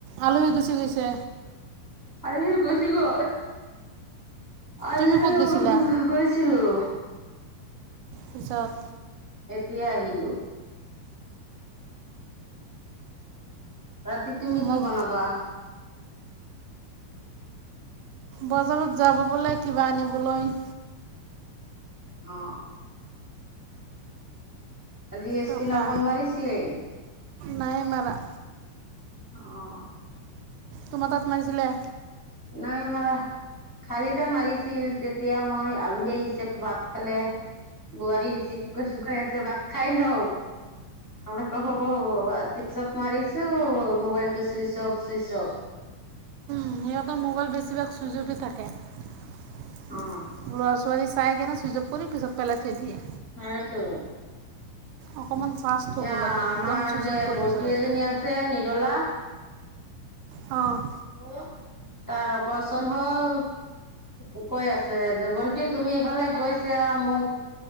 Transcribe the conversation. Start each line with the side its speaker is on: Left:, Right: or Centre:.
Right: আলহী গুচি গৈছে।
Centre: আলহি গুছি গল। আলহি
Right: তুমি ক'ত
Centre: লগত
Right: গৈছিলা
Centre: গ- গৈছিলো।
Right: পিছত।
Centre: এতিয়া আহিলো। ৰাতি তুমি
Right: মোক
Centre: কি বনাবা?
Right: বজাৰত যাব বোলে কিবা আনিবলৈ।
Centre: অ', আজি এছ
Right: টকা
Centre: পিনা ফোন মাৰিছিলি।
Right: নাই মাৰা।
Centre: অ',
Right: তোমাৰ তাত মাৰিছিলে?
Centre: নাই মৰা। কালিট মাৰিছিল তেতিয়া মই আলহী আহিছে ভাত খালে। বোৱাৰী ৰিচিভ কৰিছে কৈ আছে ভাত খাই লওঁ। আমৰ তৰ খবৰ হ তাৰ পিছত মাৰিছো মোবাইল টো চুইচ অফ চুইচ অফ।
Right: সিতৰ মোবাইল বেছিভাগ চুইচ অফ এ থাকে। ল'ৰা
Centre: অ
Right: ছো ছোৱালী চাই কিনে ছুইচ অফ কৰি পিছত পেলাই থৈ দিয়ে।
Centre: হ'য়টো।
Right: অকণমান চাৰ্জ থ'ব
Centre: এয়া
Right: লাগে
Centre: আমাৰ
Right: একদম চুইচ
Centre: যে
Right: অফ কৰি
Centre: ভণ্টি
Right: পিছত এৰে
Centre: এজনী আছে নিৰলা।
Right: অ',
Centre: হেল্লৌ তাৰ অপাৰচন হ'ল উ কৈ আছে যে ভণ্টি তুমি ইফালে গৈছ এয়া মোক